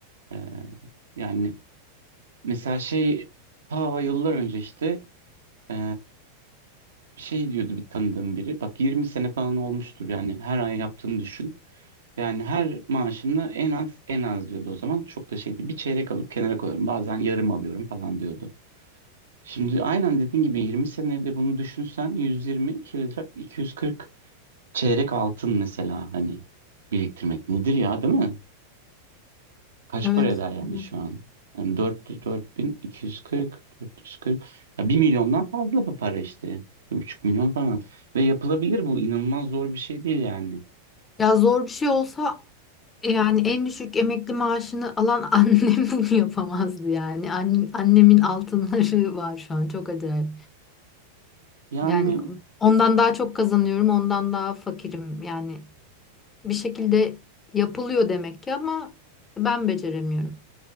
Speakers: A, on the right (about 65°); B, on the left (about 20°).
A: e, yani mesela şey ta yıllar önce işte e, şey diyordu bir tanıdığım biri bak 20 sene falan olmuştur yani her ay yaptığını düşün yani her maaşımda en az en az diyordu o zaman çok da şeydi bir çeyrek alıp kenara koyuyorum bazen yarım alıyorum falan diyordu. Şimdi aynen dediğin gibi 20 senede bunu düşünsen 120 240 Çeyrek altın mesela hani biriktirmek nedir ya değil mi? Kaç
B: Evet.
A: para eder yani
B: Evet.
A: şu an? Hani 4 4240 440 ya bir milyondan fazla bu para işte. bir buçuk milyon falan. Ve yapılabilir bu inanılmaz zor bir şey değil yani.
B: Ya zor bir şey olsa Yani en düşük emekli maaşını alan <laughs> annem bunu yapamazdı yani. An- annemin altınları var şu an çok acayip.
A: Yani
B: Yani ondan daha çok kazanıyorum, ondan daha fakirim. Yani bir şekilde yapılıyor demek ki ama ben beceremiyorum.